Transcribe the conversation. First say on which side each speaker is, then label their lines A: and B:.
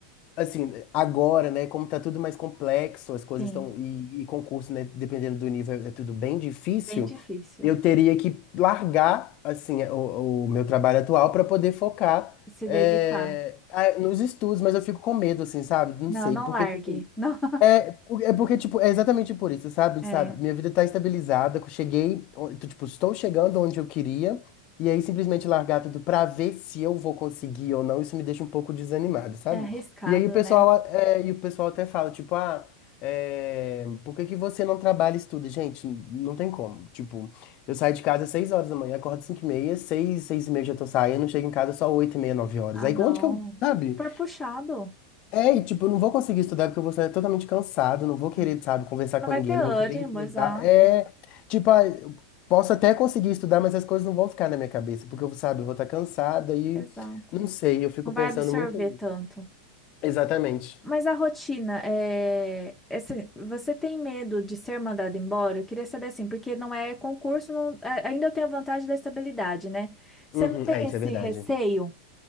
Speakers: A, on the left; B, in the centre.
A: Assim, agora, né, como tá tudo mais complexo, as coisas
B: sim.
A: estão. E, e concurso, né, dependendo do nível, é é tudo bem difícil.
B: Bem difícil
A: Eu teria que largar, assim, é, o, o meu trabalho atual para poder focar
B: se
A: é,
B: dedicar.
A: a- nos estudos, mas eu fico com medo, assim, sabe? Não
B: Não,
A: sei,
B: não
A: porque,
B: largue.
A: tipo,
B: <laughs>
A: é, por- é porque, tipo, é exatamente por isso, sabe?
B: Não.
A: Sabe?
B: É,
A: Minha vida tá estabilizada, que eu cheguei, on- tô, tipo, estou chegando onde eu queria, e aí simplesmente largar tudo pra ver se eu vou conseguir ou não, isso me deixa um pouco desanimado, sabe?
B: é arriscado,
A: E aí o pessoal,
B: né?
A: é, e o pessoal até fala, tipo, ah, é, por que que você não trabalha e estuda? Gente, não tem como. Tipo, eu saio de casa às 6 horas da manhã, acordo cinco e meia, 6, 6 e meia já tô saindo, chego em casa só 8 e meia, nove horas.
B: Ah,
A: Aí
B: não.
A: onde que eu, sabe?
B: Super puxado.
A: É, e tipo, eu não vou conseguir estudar porque eu vou estar totalmente cansado, não vou querer,
B: É.
A: sabe, conversar
B: Você não
A: com
B: vai
A: ninguém,
B: ter
A: não
B: ânimo,
A: vou querer entrosar.
B: exato.
A: É, tipo, ah, eu posso até conseguir estudar, mas as coisas não vão ficar na minha cabeça, porque eu, sabe, eu vou estar cansada e
B: Exato.
A: não sei, eu fico
B: Não
A: pensando
B: vai absorver
A: muito nisso.
B: tanto.
A: Exatamente.
B: Mas a rotina, é... esse- você tem medo de ser mandado embora? Eu queria saber assim, porque não é concurso, não- a- ainda eu tenho a vantagem da estabilidade, né? Você
A: Uhum,
B: não tem
A: é, isso
B: esse
A: é verdade.
B: receio?